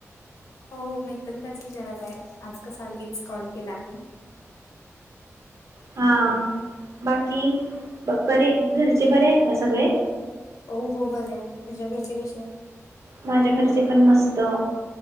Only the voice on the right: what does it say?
हम! बाकी बरे घरचे बरे आहेत ना सगळे?
माझ्या घरचे पण मस्त.